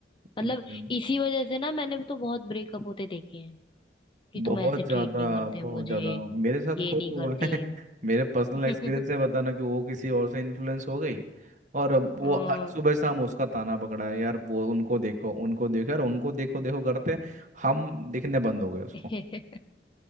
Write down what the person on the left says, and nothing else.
मतलब इसी वजह से ना मैंने भी तो बहुत ब्रेकअप होते देखे हैं कि
तुम ऐसे ट्रीट
नहीं करते
मुझे
ये
नहीं
करते
<laughs>
हम्म
<laughs>